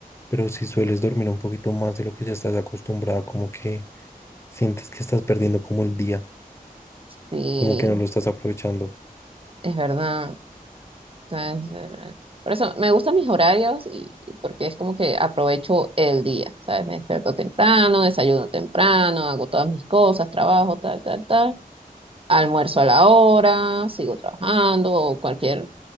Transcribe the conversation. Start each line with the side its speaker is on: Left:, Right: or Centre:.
Left: pero si sueles dormir un poquito más de lo que ya estás acostumbrada, como que sientes que estás perdiendo como el día,
Right: Sí,
Left: como que no lo estás aprovechando.
Right: es verdad. sea, es, eh, Por eso me gustan mis horarios y porque es como que aprovecho el día, ¿sabes? Me despierto temprano, desayuno temprano, hago todas mis cosas, trabajo, tal, tal, tal, almuerzo a la hora, sigo trabajando o cualquier